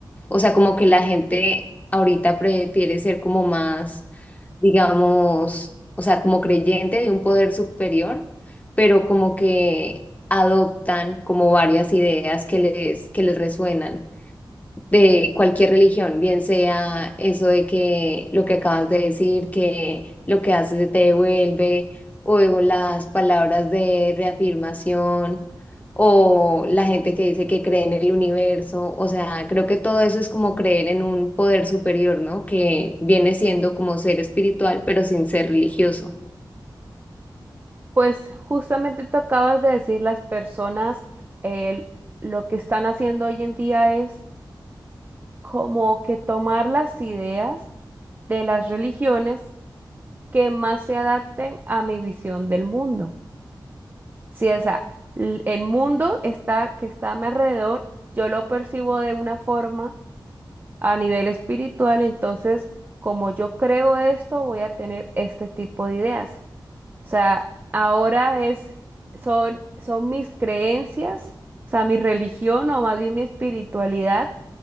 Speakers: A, on the left; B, on the right.
A: O sea, como que la gente ahorita prefiere ser como más, digamos, o sea, como creyente de un poder superior, pero como que adoptan como varias ideas que les, que les resuenan de cualquier religión, bien sea eso de que lo que acabas de decir, que lo que haces se te devuelve, o las palabras de reafirmación, o la gente que dice que cree en el universo, o sea, creo que todo eso es como creer en un poder superior, ¿no? Que viene siendo como ser espiritual, pero sin ser religioso.
B: Pues justamente tú acabas de decir, las personas eh, lo que están haciendo hoy en día es como que tomar las ideas de las religiones que más se adapten a mi visión del mundo. Sí, o sea, l- el mundo está, que está a mi alrededor, yo lo percibo de una forma a nivel espiritual, entonces como yo creo esto, voy a tener este tipo de ideas. O sea, ahora es, son, son mis creencias, o sea, mi religión o más bien mi espiritualidad,